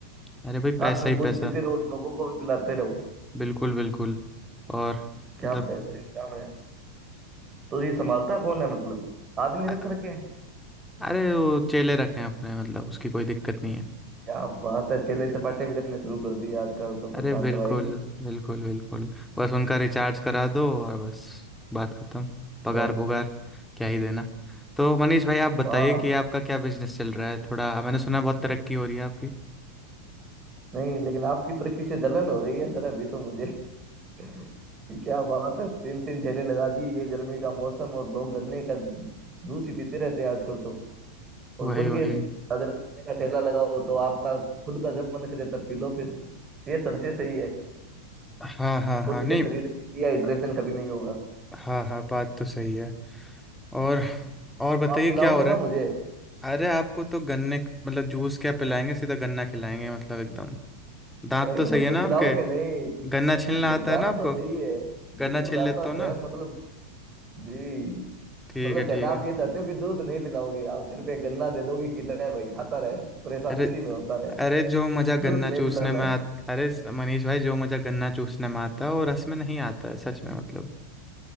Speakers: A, in the centre; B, on the right.
A: अरे भाई
B: साथ
A: पैसा
B: में
A: ही
B: खुद
A: पैसा
B: पीते रहो लोगों को भी पिलाते रहो
A: बिल्कुल बिल्कुल और
B: क्या
A: मतलब
B: बेहतरीन काम है तो ये संभालता कौन है मतलब आदमी रख
A: अ-
B: रखे हैं
A: अरे वो चेले रखे हैं अपने मतलब उसकी कोई दिक्कत नहीं है
B: क्या बात है चेले चपाटे भी रखने शुरू कर दिए आजकल तो
A: अरे
B: प्रशांत
A: बिल्कुल
B: भाई
A: बिल्कुल बिल्कुल बस उनका रिचार्ज करा दो और बस बात खत्म पगार
B: बस
A: पुगार क्या ही देना तो मनीष भाई आप बताइए
B: हाँ
A: कि आपका क्या बिजनेस चल रहा है थोड़ा मैंने सुना है बहुत तरक्की हो रही है आपकी
B: नहीं लेकिन आपकी तरक्की से जलन हो रही है सर अभी तो मुझे <laughs> क्या बात है तीन तीन ठेले लगा दिए ये गर्मी का मौसम और लोग गन्ने का जूस ही पीते रहते हैं आजकल तो और
A: वही
B: खुद
A: वही
B: के अगर गन्ने का ठेला लगाओ तो आपका खुद का जब मन करे तब पी लो फिर ये सबसे सही है
A: हाँ हाँ
B: खुद
A: हाँ नहीं
B: के शरीर में डिहाइड्रेशन कभी नहीं होगा तो
A: हाँ हाँ बात तो सही है और और बताइए
B: आप पिलाओगे
A: क्या हो
B: ना
A: रहा है
B: मुझे
A: अरे आपको तो गन्ने मतलब जूस क्या पिलाएंगे सीधा गन्ना खिलाएंगे मतलब एकदम दांत
B: अरे
A: तो सही
B: मतलब
A: है ना
B: पिलाओगे
A: आपके
B: नहीं
A: गन्ना छीलना
B: बिल्कुल
A: आता
B: जान
A: है ना आपको
B: तो सही है
A: गन्ना
B: बिल्कुल
A: छील
B: आता
A: लेते हो ना
B: तो है मतलब जी
A: ठीक
B: मतलब
A: है
B: कहना
A: ठीक
B: आप
A: है
B: ये चाहते हो कि जूस नहीं पिलाओगे आप सिर्फ एक गन्ना दे दोगे कि ले भाई खाता रहे परेशान
A: अरे
B: इसी में होता
A: अरे जो मजा
B: जूस
A: गन्ना
B: नहीं
A: चूसने
B: पिलाना
A: में
B: है
A: आ अरे स- मनीष भाई जो मजा गन्ना चूसने में आता है वो रस में नहीं आता है सच में मतलब